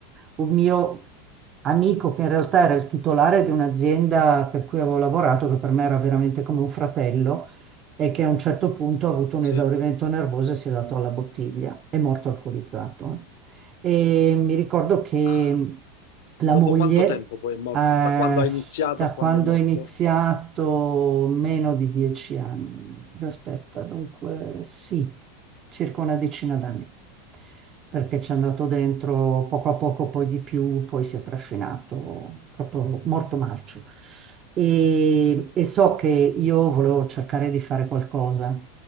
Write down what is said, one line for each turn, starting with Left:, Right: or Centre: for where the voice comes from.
Right: un mio amico che in realtà era il titolare di un'azienda per cui avevo lavorato, che per me era veramente come un fratello, e che a un certo punto ha avuto un
Left: Sì.
Right: esaurimento nervoso e si è dato alla bottiglia, è morto alcolizzato. eh. E mi ricordo che
Left: Ah,
Right: la
Left: dopo
Right: moglie,
Left: quanto tempo poi è morto?
Right: eh,
Left: Da quando ha iniziato
Right: da
Left: a quando
Right: quando
Left: è morto?
Right: ho iniziato, meno di dieci anni, aspetta, dunque sì, circa una decina d'anni, perché ci è andato dentro poco a poco, poi di più, poi si è trascinato proprio morto marcio. E, e so che io volevo cercare di fare qualcosa